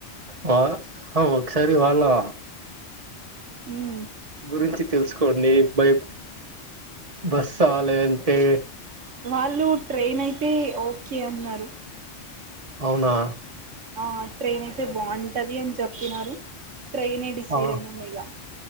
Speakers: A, on the right; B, on the right.
A: వా అహ్ ఒకసారి వాళ్ళా
B: ఉమ్
A: గురించి తెలుసుకోండి ఏం భయం బస్ రాలే అంతే
B: వాళ్ళు ట్రైన్ అయితే ఓకే అన్నారు.
A: అవునా
B: ఆ ట్రైన్ అయితే బావుటది అని చెప్పినరు. ట్రైనే డిసైడ్
A: ఆ
B: అయినం ఇగ